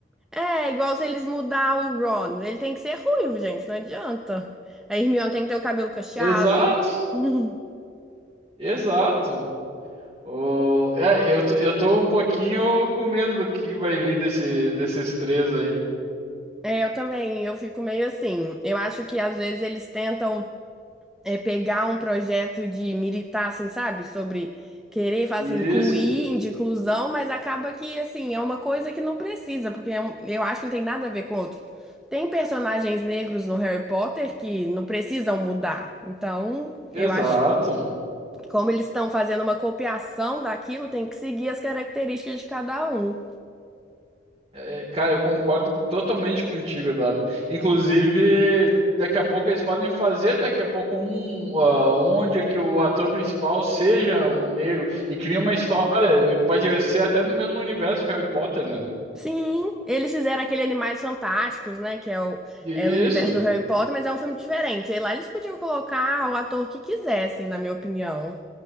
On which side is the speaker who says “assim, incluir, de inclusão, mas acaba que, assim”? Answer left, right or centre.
Centre